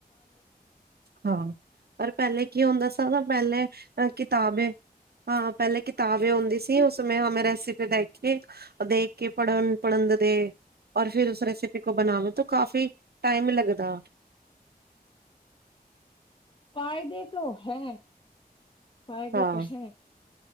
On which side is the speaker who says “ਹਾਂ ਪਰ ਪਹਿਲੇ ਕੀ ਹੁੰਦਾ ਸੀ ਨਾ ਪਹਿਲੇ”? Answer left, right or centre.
Right